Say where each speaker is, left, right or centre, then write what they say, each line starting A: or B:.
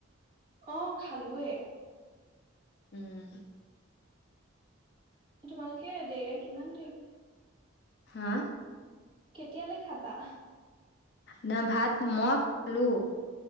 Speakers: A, on the right; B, on the left.
A: অ' খালোঁৱেই।
B: উম্।
A: তোমালোকে দেৰে কিমান দেৰিক
B: হা?
A: কেতিয়ালে খাবা আহ?
B: না ভাত ম খালোঁ।